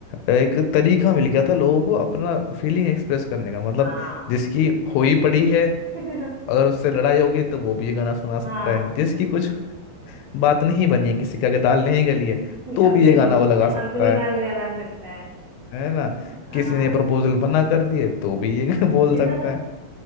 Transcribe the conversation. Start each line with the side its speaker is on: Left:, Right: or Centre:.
Left: एक तरीका मिल गया था लोगों को अपना फीलिंग एक्सप्रेस करने का मतलब
Right: हाँ
Left: जिसकी हुई पड़ी है
Right: <laughs>
Left: अगर उससे लड़ाई हो गई तो वो भी ये गाना सुना सकता
Right: हाँ
Left: है जिसकी कुछ बात नहीं बनी है किसी का के दाल नहीं गली है तो
Right: अपनी
Left: भी ये गाना वो लगा सकता
Right: अपनी
Left: है
Right: दाल गला सकता है
Left: है ना
Right: हाँ
Left: किसी ने प्रपोजल बना कर दिए तो भी ये <laughs> बोल
Right: <laughs>
Left: सकता है